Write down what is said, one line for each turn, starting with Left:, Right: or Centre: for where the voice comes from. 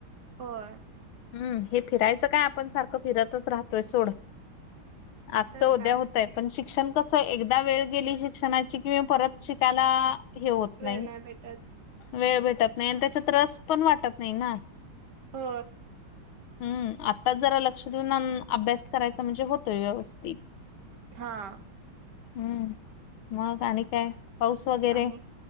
Right: होय.
Left: हम्म हे फिरायचं काय आपण सारखं फिरतच राहतोय सोड आजच
Right: तर
Left: उद्या
Right: काय
Left: होतय पण शिक शिक्षण कस एकदा वेळ गेली शिक्षणाची किवा परत शिकायला हे होत नाही
Right: वेळ भेटत
Left: वेळ भेटत नाही आणि त्याचा रस पण वाटत नाही ना
Right: हो.
Left: हम्म आत्ताच जरा लक्ष देऊन अभ्यास करायचा म्हणजे होतोय व्यवस्थित
Right: हा.
Left: हम्म मग आणि काय? पाऊस वगैरे
Right: आणि